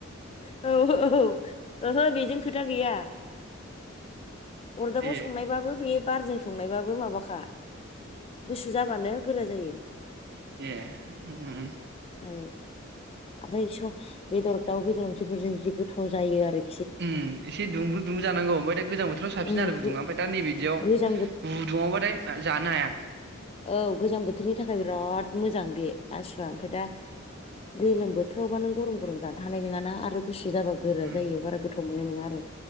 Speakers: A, on the left; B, on the right.
A: औ औ ओहो बेजों खोथा गैया अरदाबाव
B: ए
A: संनायबाबो बे बारजों संनायबाबो माबाखा गुसु जाबानो गोरा जायो ।
B: ए उम उम
A: ओ आबै स बेदर दाउ बेदर ओंख्रिफोरजों जि गोथाव जायो आरो
B: उम एसे दुंब्रु दुंब्रु जानांगौ ओमफ्राय दा गोजां बोथोराव साबसिन
A: उम
B: आरो गुदुङा ओमफ्राय दा नै बिदियाव
A: गोजां बो
B: गुदुं आवबाथाय जानोनो हाया ।
A: औ गोजां बोथोरनि थाखाय बिराद मोजां बे आसुवा ओमफ्राय दा गोलोम बोथोरावबा नों गरम गरम जानो हानाय नङाना आरो गुसु जाबा गोरा
B: उम
A: जायो बारा गोथाव मोन <unintelligible> आरो